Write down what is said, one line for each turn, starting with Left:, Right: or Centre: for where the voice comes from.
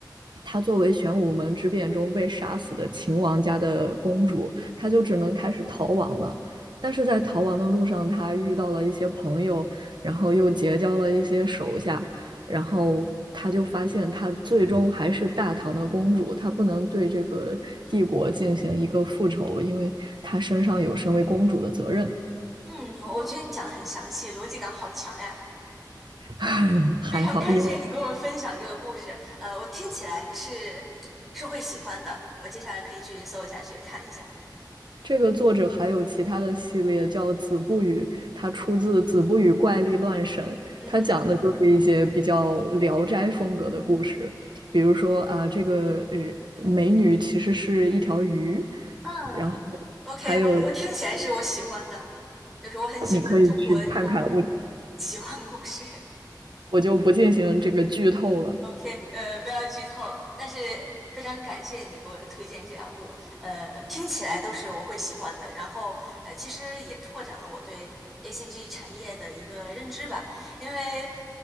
Right: 她作为玄武门之变中被杀死的秦王家的公主，她就只能开始逃亡了。但是在逃亡的路上，她遇到了一些朋友，然后又结交了一些手下，然后她就发现，她最终还是大唐的公主，她不能对这个帝国进行一个复仇，因为她身上有身为公主的责任。
Centre: 嗯，我觉得你讲的很详细，逻辑感好强呀！
Right: <laughs> 还好，
Centre: 非常感谢你给我分享这个故事，
Right: 因为
Centre: 呃，我听起来是是会喜欢的，我接下来可以去搜一下去看一下。
Right: 这个作者还有其他的系列叫《子不语》，它出自《子不语怪力乱神》，
Centre: 嗯哼，
Right: 它讲的就是一些比较《聊斋》风格的故事，比如说啊，这个呃美女其实是一条鱼，
Centre: 嗯，OK，
Right: 然后还有
Centre: 我我听起来是我喜欢的，就是我很喜欢中国的这种
Right: 你可以去看看，我
Centre: 奇幻故事。
Right: 我就不进行这个剧透了。
Centre: OK，呃，不要剧透，但是非常感谢你给我推荐这两部，呃，听起来都是我会喜欢的。然后，呃，其实也拓展了我对 ACG 产业的一个认知吧，因为，